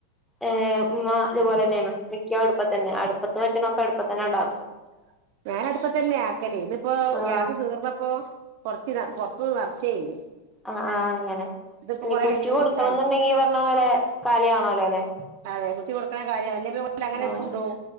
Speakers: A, in the centre; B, on the right (about 50°).
A: ഏഹ് ഉമ്മ ഇതുപോലെന്നെയാണ് മിക്ക അടുപ്പത്തന്നെ അടുപ്പത്ത് വെക്ക്ണൊക്കെ അടുപ്പത്തന്നെണ്ടാക്കും
B: <inaudible> ഞാനടുപ്പത്തന്നെ ആക്കല് ഇതിപ്പോ
A: ആഹ്
B: ഗ്യാസ് തീർന്നപ്പോ കൊറച്ച് പൊറത്ത്ന്ന് നറച്ചേനി
A: ആഹ് ആഹ് അങ്ങനെ
B: ഇതിപ്പോ
A: ഇനി
B: കൊറെ
A: കുറ്റി
B: കയ്യില്
A: കൊടുക്കണംന്നുണ്ടെങ്കി
B: കിട്ടാന്
A: ഈ പറഞ്ഞ പോലെ കാലിയാണോല്ലോല്ലെ?
B: അതെ കുട്ടി കൊടുക്കണ കാര്യ <unintelligible> ല്ല അങ്ങനെ
A: ആഹ്
B: ടച്ചുണ്ടോ?